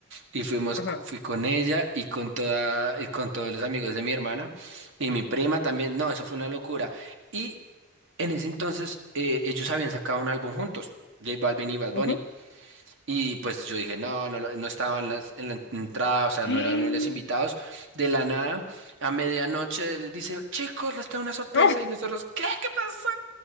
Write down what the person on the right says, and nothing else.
Y fuimos,
cu- fui con ella y con toda, y con todos los amigos de mi hermana y mi prima también. No, eso fue una locura. Y en ese entonces eh, ellos habían sacado un álbum juntos, J Balvin y Bad Bunny.
Y pues yo dije, no, no, lo- no estaba en, las- en la entrada, o sea,
no era uno de los invitados. De la nada, a medianoche les dice, chicos, les tengo una sorpresa.
Y nosotros, ¿qué? ¿Qué pasó?